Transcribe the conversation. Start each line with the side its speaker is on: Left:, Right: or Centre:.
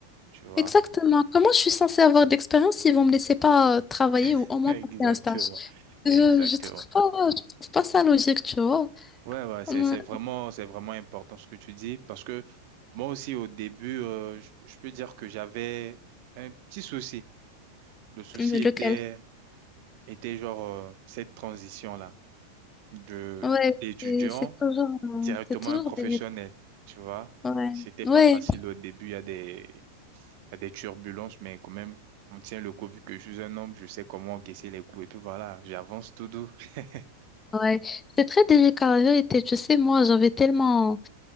Right: tu vois?
Left: Exactement. Comment je suis censée avoir de l'expérience s'ils vont me laisser pas euh, travailler ou
Right: <laughs>
Left: au moins
Right: Exactement.
Left: passer un stage?
Right: Exactement.
Left: Je, je trouve pas, je trouve pas ça logique, tu vois.
Right: Ouais, ouais, c'est,
Left: Ouais,
Right: c'est vraiment, c'est vraiment important ce que tu dis parce que moi aussi au début, euh, je, je peux dire que j'avais un petit souci. Le souci
Left: Lequel?
Right: était, était genre euh, cette transition-là de
Left: Ouais,
Right: d'étudiant
Left: c'est c'est toujours, euh,
Right: directement
Left: c'est toujours
Right: un professionnel,
Left: des...
Right: tu vois.
Left: Ouais.
Right: C'était
Left: Ouais.
Right: pas facile au début, il y a des, il y a des turbulences, mais quand même, on tient le coup vu que je suis un homme, je sais comment encaisser les coups et puis voilà, j'avance tout doux. <laughs>
Left: Ouais, c'est très délicat la vérité. Tu sais, moi, j'avais tellement